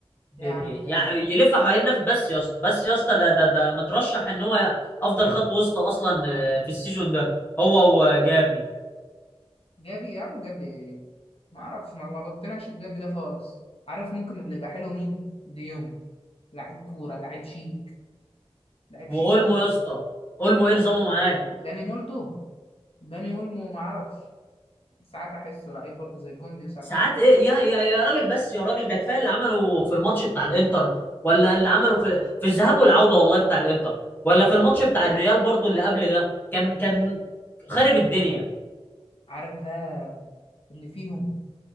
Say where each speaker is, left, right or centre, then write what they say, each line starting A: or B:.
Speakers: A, on the left; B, on the left.
A: بدري
B: ايه يا عم الكلام
A: يعني
B: ده
A: يلف حوالين النفس بس يا اسطى بس يا اسطى ده ده ده مترشح ان هو افضل خط وسط اصلا آه، في السيزون ده هو وجافي
B: جافي يا عم جافي ايه ما اعرفش ما ما بقتنعش بجافي ده خالص عارف ممكن اللي يبقى حلو مين ديونج لعيب كورة لعيب شيك لعيب
A: واولمو
B: شيك أوي.
A: يا اسطى اولمو ايه نظامه معاك
B: داني مولتو داني اولمو ما اعرفش ساعات احسه لعيب برضه زي كوندي وساعات
A: ساعات
B: احسه
A: ايه يا يا يا راجل بس يا راجل ده كفايه اللي عمله في الماتش بتاع الانتر ولا اللي عمله في في الذهاب والعوده والله بتاع الانتر ولا في الماتش بتاع الريال برضو اللي قبل ده كان كان خارب الدنيا
B: عارف بقى اللي فيهم